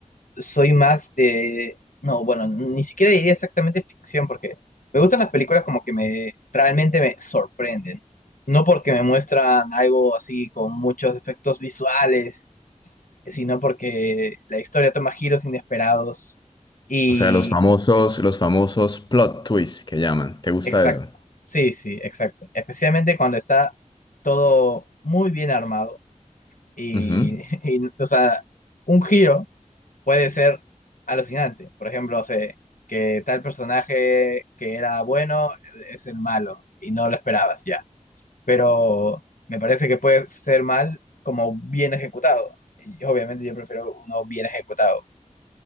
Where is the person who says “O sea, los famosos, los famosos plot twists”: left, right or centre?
Left